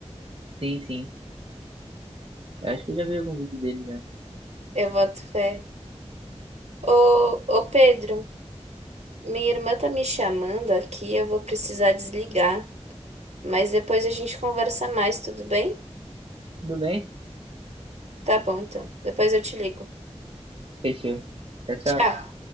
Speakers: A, on the right; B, on the right.
A: sim, sim. Eu acho que eu já vi algum vídeo dele já.
B: Eu boto fé. Ô, ô Pedro, minha irmã tá me chamando aqui, eu vou precisar desligar. Mas depois a gente conversa mais, tudo bem?
A: Tudo bem?
B: Tá bom, então. Depois eu te ligo.
A: Fechou. Tchau, tchau.
B: Tchau.